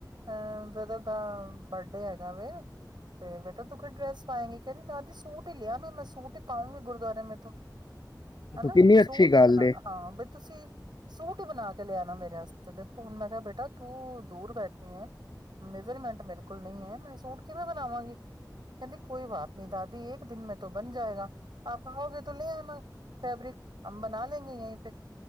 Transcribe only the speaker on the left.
ਕਿੰਨੀ
ਅੱਛੀ ਗੱਲ
ਏ